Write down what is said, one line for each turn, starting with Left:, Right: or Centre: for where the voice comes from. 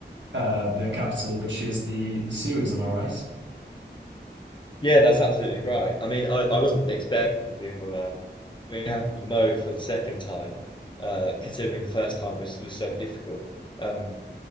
Right: uh, the capital, which is the the sewers. Am I right?
Left: Yeah, that's absolutely right. I mean, I, I wasn't expecting to uh, we have to Mo for the second time, uh, considering the first time was was so difficult. Um,